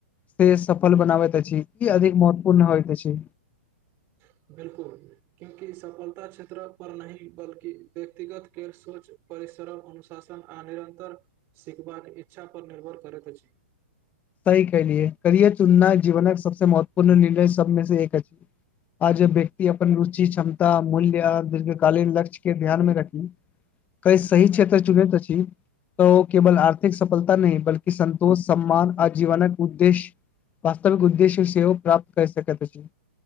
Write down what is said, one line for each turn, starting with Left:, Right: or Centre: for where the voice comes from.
Left: से सफल बनाबै त अछि ई अधिक महत्वपूर्ण होैत अछि
Right: <inaudible> बिल्कुल क्योंकि सफलता क्षेत्र क पर नहि बल्कि व्यक्तिगत के सोच पर सरम अनुशासन आ निरन्तर सिखबाक इच्छा पर निर्भर करैत अछि
Left: सही कलिऐ करियर चुननाए जीवनक सबसँ महत्वपूर्ण निर्णय सबमे से एक आज व्यक्ति अपन रुचि क्षमता मूल्य आ दीर्घ कालीन लक्ष्य के ध्यान मे रखी कइ सही क्षेत्र चुनैए त छी त केवल आर्थिक सफलता नहि बल्कि संतोष सम्मान आ जीवनक उद्देश्य वास्तविक उद्देश्य सेहो प्राप्त कैऐ सकै अछि